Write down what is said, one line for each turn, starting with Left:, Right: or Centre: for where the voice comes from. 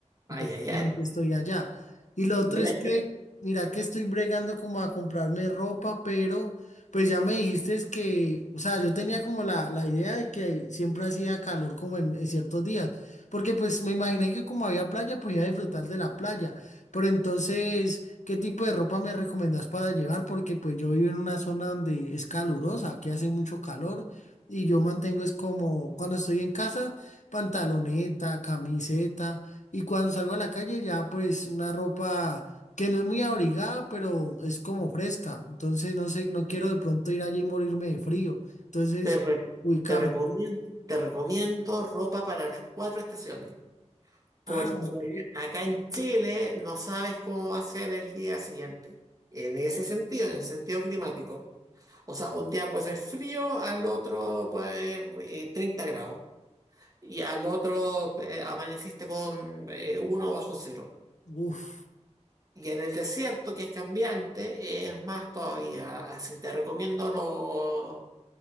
Right: Ay,
Left: y prácticamente
Right: ay, ay.
Left: estoy allá. Y lo
Right: Mira,
Left: otro es que,
Right: yo
Left: mira que estoy bregando como a comprarme ropa, pero pues ya me dijiste es que, o sea, yo tenía como la, la idea de que siempre hacía calor como en, en ciertos días, porque pues me imaginé que como había playa, pues iba a disfrutar de la playa. Pero entonces, ¿qué tipo de ropa me recomendás para llevar? Porque pues yo vivo en una zona donde es calurosa, que hace mucho calor. Y yo mantengo es como cuando estoy en casa, pantaloneta, camiseta, y cuando salgo a la calle ya pues una ropa que no es muy abrigada, pero es como fresca. Entonces no sé, no quiero de pronto ir allí y morirme de frío. Entonces,
Right: te, re-
Left: ubicamos.
Right: te recomiendo, te recomiendo ropa para las cuatro estaciones, porque
Left: Ah, ok.
Right: acá en Chile no sabes cómo va a ser el día siguiente. En ese sentido, en el sentido climático. O sea, un día puede ser frío, al otro puede ser eh, 30 grados. Y al otro eh, amaneciste con eh, uno bajo cero.
Left: Uf.
Right: Y en el desierto, que es cambiante, es más todavía. Así te recomiendo lo-